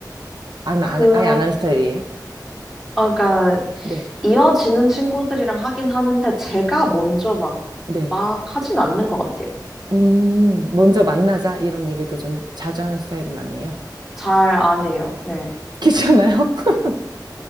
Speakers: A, on the right; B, in the centre.
A: 아니면
B: 그렇죠.
A: 안, 아예 안 하는 스타일이에요?
B: 아, 그러니까
A: 네,
B: 이어지는 친구들이랑 하긴 하는데 제가 먼저 막,
A: 네.
B: 막 하진 않는 것 같아요.
A: 음, 먼저 만나자 이런 얘기도 좀 자주 하는 스타일은 아니에요.
B: 잘 안 해요. 네.
A: 귀찮아요? <laughs>